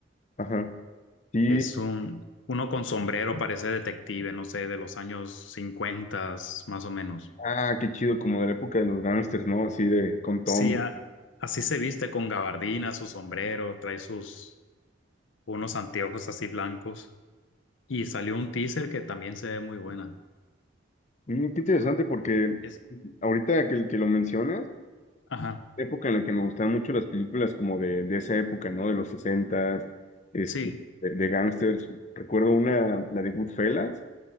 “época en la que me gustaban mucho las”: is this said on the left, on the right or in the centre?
Left